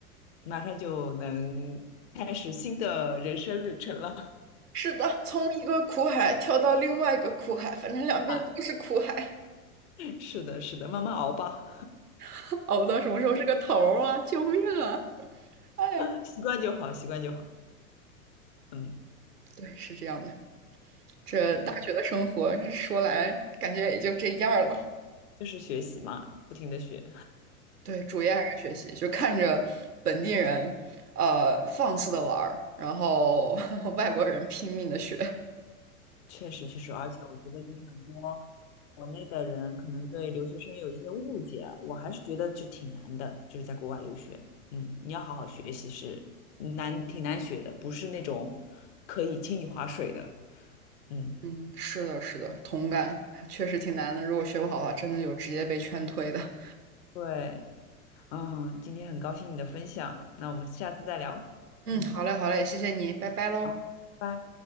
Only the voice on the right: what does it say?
<laughs> 是的，从一个苦海跳到另外一个苦海，反正两边都是苦海，
<laughs> 熬到什么时候是个头儿啊！救命啊！哎呀，
对，是这样的。这大学的生活说来感觉也就这样儿了。
对，主业还是学习，就看着本地人，呃，放肆的玩儿，然后 <laughs> 外国人拼命的学。
嗯，是的，是的，同感，确实挺难的。如果学不好的话，真的有直接被劝退的。
嗯，
好嘞，好嘞，谢谢你，拜拜喽。